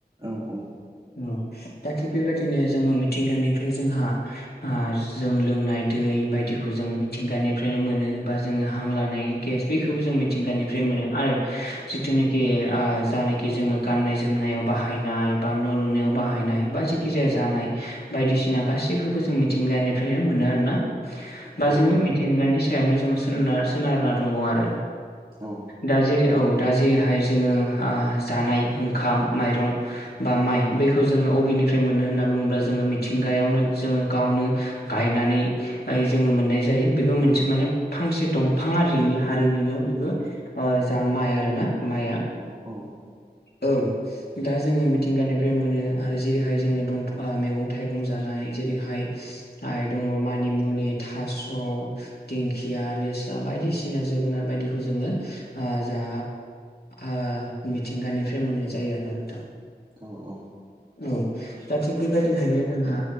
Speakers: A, on the right; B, on the left.
A: औ औ
B: औ दा थिग बेबायदिनो जोङो मिथिंगानिफ्राय जोंहा आ जों लोंनाय दै बायदिखौ जोङो मिथिंगानिफ्रायनो मोनो बा जोङो हां लानाय गेस बेखौबो जों मिथिंगानिफ्राय मोनो आरो जिथुनिखि आ जानाखि जोङो गाननाय जोमनायाव बाहायनाय बा न' लुनायाव बाहायनाय बा जेखि जाया जानाय बायदिसिना गासैखौबो जों मिथिंगानिफ्रायनो मोनो आरो ना बा
A: औ
B: जोङो मिथिंगानि सायावनो जोङो सोनारना सोनारना दङ' आरो
A: औ
B: दा जेरै औ दा जेरैहाय जोङो आ जानाय ओंखाम माइरं बा माइ बैखौ जोङो अबेनिफ्राय मोनो होनना बुङोब्ला जोङो मिथिंगायावनो जोङो गावनो गायनानै दायो जोङो मोननाय जायो बेबो मोनसे माने फांसे दंफां आरिनि हारिनिनो बेबो ओ जा माइ आरो ना माइया
A: औ
B: औ दा जोङो मिथिंगानिफ्राय मोनो आरो जेरैहाय जोङो दंफा ओ मैगं थाइगं जानाय जेरैहाय आइ दङ' मानिमुनि थास' दिंखिया लेस्रा बायदिसिना जोगोनार बायदिखौ जोङो ओ जा ओ मिथिंगानिफ्राय मोननाय जायो आरोना नोंथां।
A: औ औ
B: औ दा थिग बेबायदिहायनो जोंहा